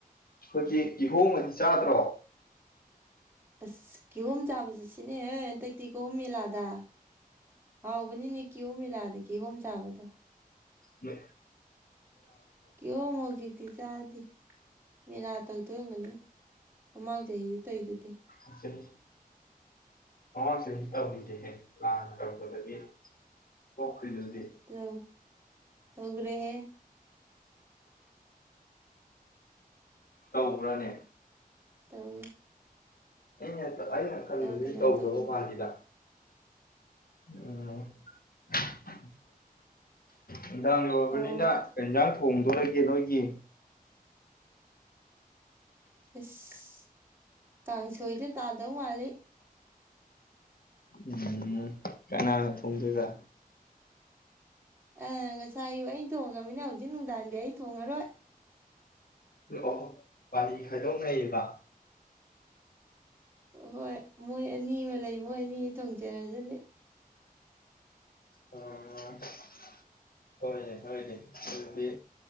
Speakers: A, on the left; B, on the right.
A: ꯑꯩꯈꯣꯏꯒꯤ ꯀꯤꯍꯣꯡꯕꯗꯤ ꯆꯥꯗ꯭ꯔꯣ
B: ꯑꯁ ꯀꯦꯍꯣꯝ ꯆꯥꯕ ꯆꯠ ꯁꯤꯅꯦꯍꯦ ꯍꯟꯇꯛꯇꯤ ꯀꯍꯣꯝ ꯃꯂꯥꯗ ꯍꯥꯎꯕꯅꯤꯅꯦ ꯀꯤꯍꯣꯝꯃꯤꯂꯥꯗ ꯀꯤꯍꯣꯝ ꯆꯥꯕꯗꯣ
A: ꯎ
B: ꯀꯤꯌꯣ ꯍꯧꯖꯤꯛꯇꯤ ꯆꯥꯗꯦ ꯃꯦꯔꯥ ꯇꯧꯗꯒꯅꯤ ꯃꯃꯥꯡ ꯆꯍꯤꯁꯨ ꯇꯧꯗꯨꯗꯤ
A: ꯑꯇꯩ ꯃꯃꯥꯡ ꯆꯍꯤ ꯇꯧꯈꯤꯗꯦ ꯍꯦ ꯂꯥꯟ ꯇꯧꯄꯗꯒꯤ ꯄꯣꯛꯈ꯭ꯔꯤꯗꯨꯗꯤ
B: ꯇ ꯇꯧꯒ꯭ꯔꯦꯍꯦ
A: ꯇꯧꯕ꯭ꯔꯥꯅꯦ
B: ꯇꯧꯋꯤ
A: ꯑꯩꯅꯦ ꯑꯩꯅ ꯈꯟꯕꯗꯤ
B: ꯀꯩꯅꯣꯝ
A: ꯇꯧꯗꯕ
B: ꯇꯧꯋꯦ
A: ꯃꯥꯜꯂꯤꯗ ꯎꯝ <unintelligible> ꯅꯨꯡꯗꯥꯥꯡ ꯌꯥꯎꯔꯕꯅꯤꯅ
B: ꯀꯥꯎꯔꯦ
A: ꯀꯩ ꯖꯥꯡ ꯊꯣꯡꯗꯣꯔꯒꯦ ꯅꯣꯏꯒꯤ
B: ꯏꯁ ꯀꯥꯡꯁꯣꯏꯗ ꯇꯥꯗꯧ ꯃꯥꯜꯂꯤ
A: ꯎꯝ ꯀꯅꯥꯅ ꯊꯣꯡꯗꯣꯏꯗ
B: ꯑ ꯉꯁꯥꯏ ꯑꯌꯨꯛ ꯑꯩꯅ ꯊꯣꯡꯉꯝꯅꯤꯅ ꯍꯧꯖꯤꯛ ꯅꯨꯡꯗꯥꯡꯗꯤ ꯑꯩ ꯊꯣꯡꯉꯔꯣꯏ
A: ꯑꯣ ꯄꯥꯂꯤꯗꯤ ꯈꯥꯏꯗꯣꯛꯅꯩꯕ
B: ꯍꯣꯏ ꯃꯣꯏ ꯑꯅꯤ ꯑꯃ ꯂꯩ ꯃꯣꯏ ꯑꯅꯤ ꯊꯣꯡꯖꯔꯁꯤꯅꯤ
A: ꯎ <inaudible> ꯍꯣꯏꯅꯦ ꯍꯣꯏꯅꯦ ꯑꯗꯨꯗꯤ